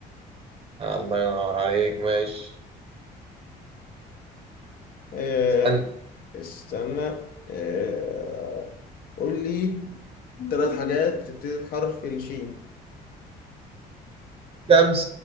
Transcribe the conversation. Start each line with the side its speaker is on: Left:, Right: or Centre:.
Right: الله ينور عليك ماشي
Left: إيه،
Right: اسألني
Left: استنى إيه، قول لي ثلاث حاجات بتبتدي بحرف الشين
Right: شمس